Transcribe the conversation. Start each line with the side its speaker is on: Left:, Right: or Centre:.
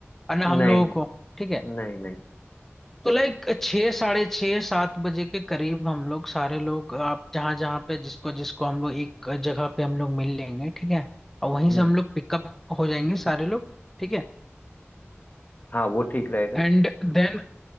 Centre: और ना हम
Left: नहीं
Centre: लोगों
Left: नहीं
Centre: को ठीक है
Left: नहीं नहीं
Centre: तो लाइक छः साढ़े छः सात बजे के करीब हम लोग सारे लोग आप जहाँ जहाँ पे जिसको जिसको हम लोग एक जगह पे हम लोग मिल लेंगे ठीक है और वहीं
Left: हम्म
Centre: से हम लोग पिकअप हो जाएंगे सारे लोग ठीक है
Left: हाँ वो ठीक रहेगा
Centre: एंड देन